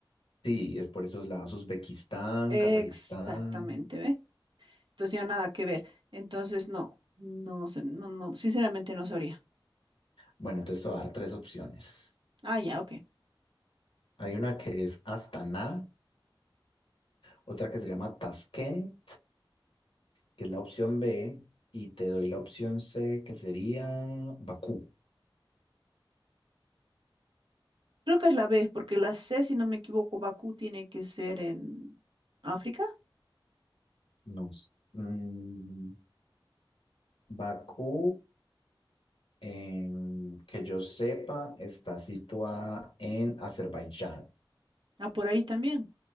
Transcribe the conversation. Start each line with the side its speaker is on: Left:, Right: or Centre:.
Left: Sí, es por esos lados. Uzbekistán,
Right: Exactamente,
Left: Kazajistán.
Right: ¿ve? Entonces ya nada que ver. Entonces no, no sé, no, no, sinceramente no sabría.
Left: Bueno, entonces te voy a dar tres opciones.
Right: Ah, ya, ok.
Left: Hay una que es Astana, otra que se llama Tashkent, que es la opción B, y te doy la opción C, que sería Bakú.
Right: Creo que es la B, porque la C, si no me equivoco, Bakú tiene que ser en África.
Left: No. sé. Mm, Bakú, em, que yo sepa, está situada en Azerbaiyán.
Right: Ah, por ahí también.